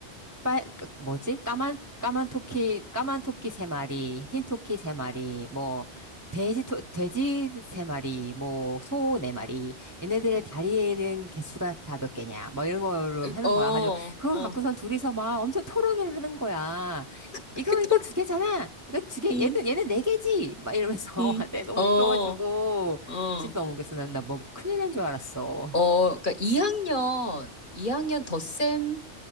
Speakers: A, on the right; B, on the left.
A: 빨, 그 뭐지? 까만, 까만 토끼, 까만 토끼 세 마리, 흰 토끼 세 마리, 뭐, 돼지, 토, 돼지 세 마리, 뭐, 소 네 마리, 얘네들의
B: 음,
A: 다리에 있는 개수가 다 몇 개냐, 뭐 이런 거로 하는
B: 어,
A: 거야. 아주, 그거
B: 어,
A: 갖고선 둘이서 막 엄청 토론을 하는 거야.
B: 그게
A: 이거, 이거
B: 또,
A: 두 개잖아! 이거 두 개,
B: 음,
A: 얘는, 얘는 네 개지! 막 이러면서,
B: 음,
A: <laughs> 내 너무
B: 어,
A: 웃겨가지고,
B: 어,
A: 진짜 너무 웃겼어. 난, 나뭐 큰일 난 줄 알았어.
B: 어, 그러니까 2학년, 2학년 덧셈